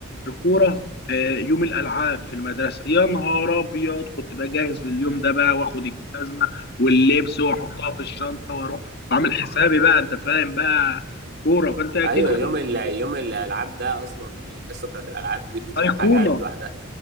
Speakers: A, on the left; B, on the right.
A: الكورة آه، يوم الالعاب في المدرسة يا نهار ابيض كنت بجهز لليوم ده بقى واخد الجزمة واللبس واحطها في الشنطة واروح بعمل
B: م.
A: حسابي بقى انت فاهم بقى كورة فانت اكيد
B: ايوه
A: بت-
B: يوم ال... يوم الالعاب ده اصلا الحصة بتاعت الالعاب دي بتبقى
A: ايقونة
B: حاجة لوحدها